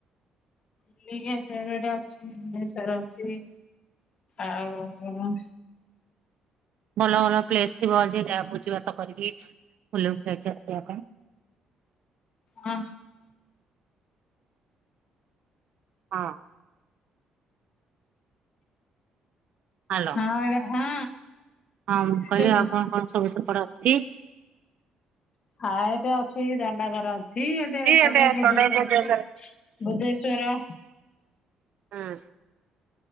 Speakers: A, on the left; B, on the right.
A: <unintelligible> ଅଛି ଭୁବନେଶ୍ଵର ଅଛି ଆଉ
B: ଭଲ ଭଲ ପ୍ଲେସ ଥିବ ଯେ ଗା ଭୋଜିଭାତ କରିକି ବୁଲି ବୁଲାକି ଆସି ହବ
A: ହଁ।
B: ହଁ। ହାଲୋ
A: ହଁ ହଁ
B: ହଁ ମୁଁ କହିଲି
A: ଶୁବୁ
B: ଆଉ କଣ କଣ ସବୁ ସେପଟେ ଅଛି?
A: ଆ ଏଠି ଅଛି ଦଣ୍ଡାଧର। ଅଛି ଗୋଟେ କଡ଼କ
B: ଏବେ
A: ବଦ୍ଧେଶର
B: ସଦର ବୁଦ୍ଧେଶ୍ଵର
A: ଅଛି ବୁଦ୍ଧେଶ୍ଵର
B: ହଁ